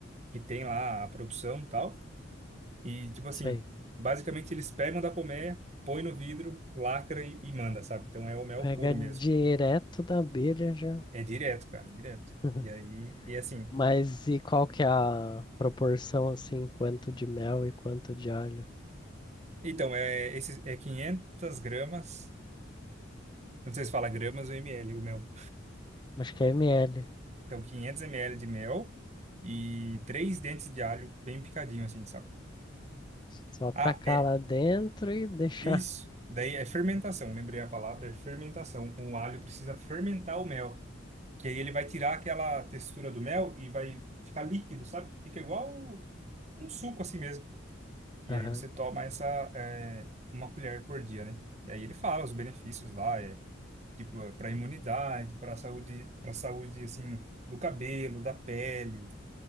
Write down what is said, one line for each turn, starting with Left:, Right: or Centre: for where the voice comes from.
Right: que tem lá a produção e tal. E, tipo assim,
Left: Isso aí
Right: basicamente eles pegam da colmeia, põe no vidro, lacra e, e manda, sabe? Então é o mel
Left: pega
Right: puro
Left: direto
Right: mesmo.
Left: da abelha já.
Right: É direto, cara, é direto.
Left: <laughs>
Right: E aí, e assim,
Left: Mas e qual que é a proporção, assim, quanto de mel e quanto de alho?
Right: então, é, esse, é 500 gramas, eu não sei se fala gramas ou ml, o mel.
Left: Acho que é ml.
Right: Então, 500 ml de mel e três dentes de alho bem picadinho, assim, sabe?
Left: Só tacar
Right: Ah, é
Left: lá dentro e deixar.
Right: isso. Daí é fermentação, lembrei a palavra, é fermentação. O alho precisa fermentar o mel, que aí ele vai tirar aquela textura do mel e vai ficar líquido, sabe? Fica igual um suco, assim mesmo. E
Left: Aham.
Right: aí você toma essa é, uma colher por dia, né? E aí ele fala os benefícios lá, é tipo é para imunidade, para saúde, para saúde assim do cabelo, da pele.